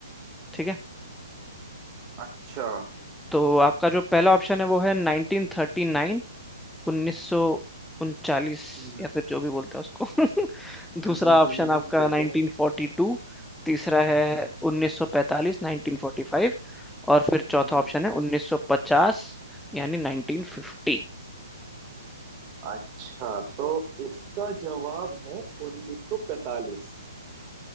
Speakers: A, in the centre; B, on the right (about 25°).
A: ठीक है
B: अच्छा
A: तो आपका जो पहला ऑप्शन है वो है 1939 उन्नीस सौ उनचालीस
B: हम्म,
A: या फिर जो भी बोलते हैं उसको
B: हम्म,
A: <laughs> दूसरा
B: हम्म,
A: ऑप्शन
B: हम्म,
A: आपका
B: हम्म, ठीक
A: 1942
B: है
A: तीसरा है
B: हम्म,
A: 1945 1945 और फिर चौथा
B: हम्म, हम्म।
A: ऑप्शन है 1950 यानी 1950
B: अच्छा तो इसका जवाब है 1945